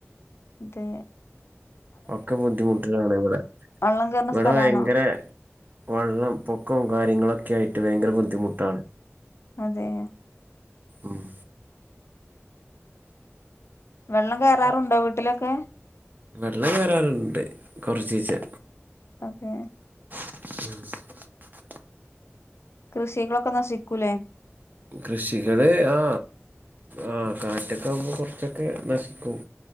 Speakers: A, on the left; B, on the right.
A: തെ
B: ഒക്കെ ബുദ്ധിമുട്ടുകളാണ് ഇവിടെ
A: വെള്ളം കേറുന്ന
B: ഇവിടെ
A: സ്ഥലാണോ
B: ഭയങ്കര വെള്ളം പൊക്കം കാര്യങ്ങളൊക്കെ ആയിട്ട് ഭയങ്കര ബുദ്ധിമുട്ടാണ്
A: അതെയാ
B: ഉം
A: വെള്ളം കേറാറുണ്ടോ വീട്ടിലൊക്കെ
B: വെള്ളം കേറാറുണ്ട് കൊറച്ചീചെ
A: അതെ
B: <inaudible>
A: കൃഷികളൊക്കെ നഷിക്കൂലേ
B: കൃഷികള് ആ ആ കാറ്റൊക്കെ ആവുമ്പോ കൊറ ച്ചൊക്കെ നഷിക്കും